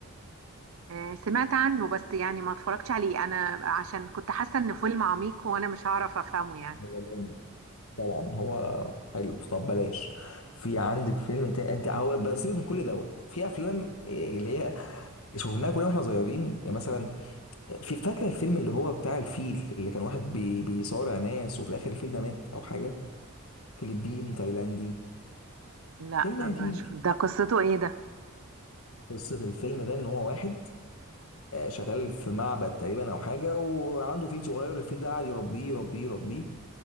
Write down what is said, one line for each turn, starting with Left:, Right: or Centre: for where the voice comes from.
Right: آه سمعت عنه بس يعني ما اتفرجتش عليه انا عشان كنت حاسة ان فيلم عميق وانا مش هعرف افهمه يعني
Left: هو جامد طبعا هو حلو طب بلاش في عندك فيلم تاني انت هو بقى سيبك من كل دوت في افلام إيه، اللي هي شفناها كلنا واحنا صغيرين يعني مثلا في فاكره الفيلم اللي هو بتاع الفيل اللي كان واحد بي بيصارع ناس وفي الاخر الفيل ده مات او حاجه فلبيني تايلاندي
Right: لا
Left: فيلم
Right: ما
Left: قديم
Right: شف-
Left: كده
Right: ده قصته ايه ده
Left: قصة الفيلم ده إن هو واحد آه، شغال في معبد تقريبا أو حاجة وعنده فيل صغير الفيل ده قاعد يربيه يربيه يربيه